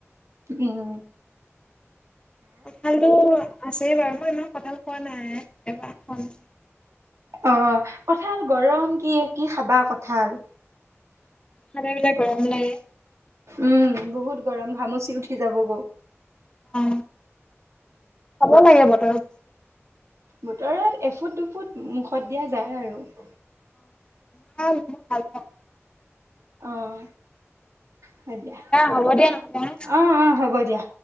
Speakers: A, on the right; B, on the left.
A: উম
B: কঁঠালতটো আছে বাৰু মই ইমান কঁঠাল খোৱা নাই এবাৰ খাম
A: অ কঠাল গৰম কি কি খাবা কঠাল
B: খালে বোলে গৰম লাগে
A: উম, বহুত গৰম ঘামচি উঠি যাব গৈ
B: অ খাব লাগে বতৰ বস্তু
A: বতৰত এফুট দুফুট মুখত দিয়া যায় আৰু
B: কঁঠাল মই ভাল পাঁও
A: আহ হয় দিয়া
B: হ'ব দিয়া নহ'লে হা
A: অহ অহ' হ'ব দিয়া